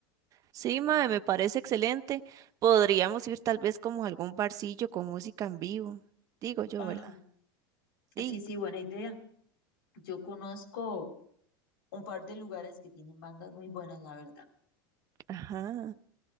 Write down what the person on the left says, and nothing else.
Ajá.
Sí, sí, buena idea. Yo conozco un par de lugares que tienen bandas muy buenas, la verdad.